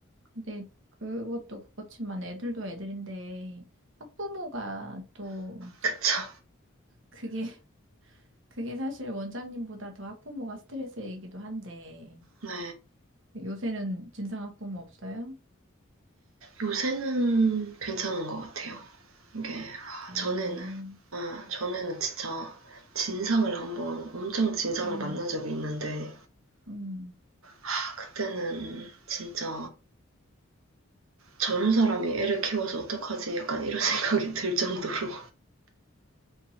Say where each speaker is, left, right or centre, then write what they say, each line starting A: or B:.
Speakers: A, on the right; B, on the right.
A: 근데 그것도 그렇지만 애들도 애들인데 학부모가 또
B: 그쵸.
A: 그게 <laughs> 그게 사실 원장님보다 더 학부모가 스트레스이기도 한데
B: 네.
A: 요새는 진상 학부모 없어요?
B: 요새는 괜찮은 것 같아요. 이게 아,
A: 다행이네.
B: 전에는 아, 전에는 진짜 진상을 한번 엄청 진상을
A: 음,
B: 만난 적이 있는데
A: 음,
B: 아, 그때는 진짜 저런 사람이 애를 키워서 어떡하지 약간 이런 <laughs> 생각이 들 정도로